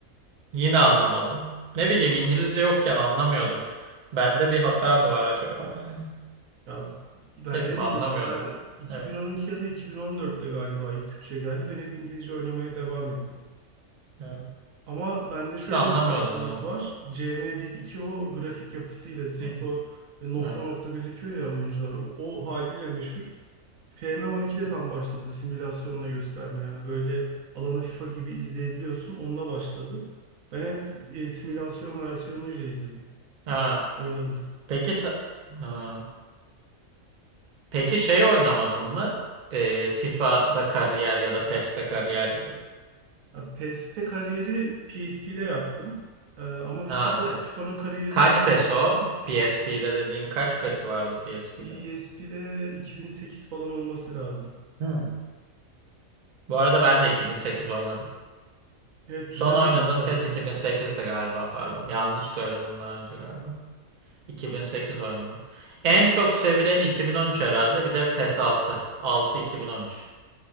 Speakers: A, on the right (about 45°); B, on the right (about 75°).
A: Yine anlamadım. Ne bileyim İngilizce yokken anlamıyordum. Bende bir hata mı var acaba yani?
B: Ya bende
A: Ne bileyim anlamıyordum.
B: de ben 2012
A: Evet,
B: ya da 2014'te galiba ilk Türkçe geldi. Ben hep İngilizce oynamaya devam ettim.
A: evet.
B: Ama bende şöyle
A: Şu anlamıyordum
B: bir farklılık
A: ne oldu.
B: var. cm bir iki o grafik yapısıyla direkt
A: Evet.
B: o e, nokta
A: evet.
B: nokta gözüküyor ya oyuncular. O haliyle meşhur. FM12'de tam başladı simülasyonla gösterme. Yani böyle alanı FIFA gibi izleyebiliyorsun. Onunla başladı. Ben hep e, simülasyon versiyonuyla izledim.
A: Ha.
B: Oynadım.
A: Peki se- Ha. Peki şey oynamadın mı? Ee, FIFA'da kariyer ya da PES'te kariyer gibi.
B: Ya PES'te kariyeri PSP'de yaptım. Ee, ama FIFA'da
A: Ha, pe-
B: FIFA'nın kariyerini
A: kaç
B: her
A: PES
B: türlü.
A: o? PSP'de dediğin kaç PES vardı PSP'de?
B: PSP'de 2008 falan olması lazım.
A: Hmm. Bu arada ben de 2008 oynadım.
B: Evet
A: Son
B: güzel
A: oynadığım
B: oyundu bu
A: PES
B: arada.
A: 2008'di galiba pardon. Yanlış söyledim daha önce galiba. 2008 oynadım. En çok sevileni 2013 herhalde. Bir de PES 6. 6 2013.